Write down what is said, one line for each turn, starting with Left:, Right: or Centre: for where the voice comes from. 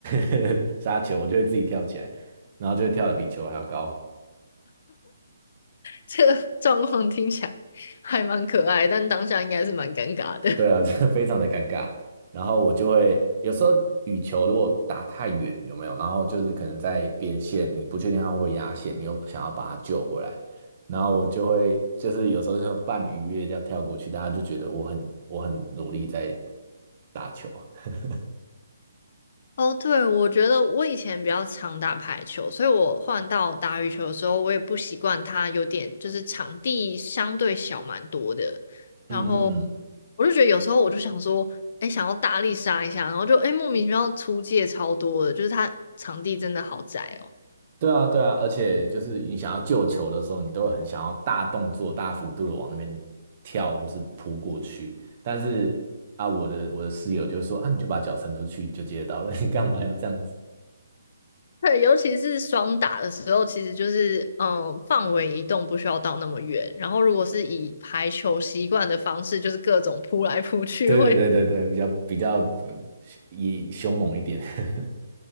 Right: <laughs> 杀球，我就会自己跳起来，然后就会跳得比球还要高。
Left: 这个 <laughs> 状况听起来还蛮可爱，但当下应该是蛮尴尬的。
Right: 对啊，
Left: <laughs>
Right: <laughs> 这个非常的尴尬。然后我就会有时候羽球如果打太远，有没有？然后就是可能在边线，你不确定它会不会压线，你又想要把它救回来，然后我就会就是有时候就半鱼跃这样跳过去，大家就觉得我很我很努力在打球。<laughs>
Left: 哦，对，我觉得我以前比较常打排球，所以我换到打羽球的时候，我也不习惯它有点就是场地相对小蛮多的，
Right: 嗯嗯嗯。
Left: 然后我就觉得有时候我就想说，哎，想要大力杀一下，然后就哎莫名其妙出界超多的，就是它场地真的好窄哦。
Right: 对啊，对啊，而且就是你想要救球的时候，你都会很想要大动作、大幅度的往那边跳或是扑过去。但是啊，我的我的室友就说啊，你就把脚伸出去你就接得到了，<laughs> 你干嘛要这样子？
Left: 对，尤其是双打的时候，其实就是嗯，范围移动不需要到那么远。然后，如果是以排球习惯的方式，就是各种扑来扑去会，
Right: 对对对对对，比较比较呃以凶猛一点。<laughs>